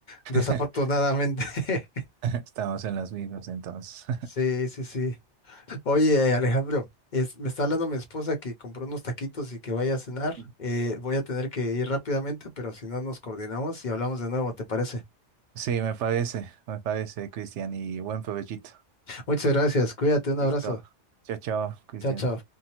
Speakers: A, on the right; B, on the left.
A: <laughs>
B: desafortunadamente. <laughs>
A: estamos en las mismas entonces.
B: Sí, sí, sí. Oye, eh, Alejandro, es- me está hablando mi esposa que compró unos taquitos y que vaya a cenar.
A: <laughs>
B: Eh, voy a tener que ir rápidamente, pero si no nos coordinamos y hablamos de nuevo, ¿te parece?
A: Sí, me parece, me parece, Cristian, y buen provechito.
B: Muchas gracias, cuídate, un abrazo.
A: Listo. Chao, chao, Cristian.
B: Chao, chao.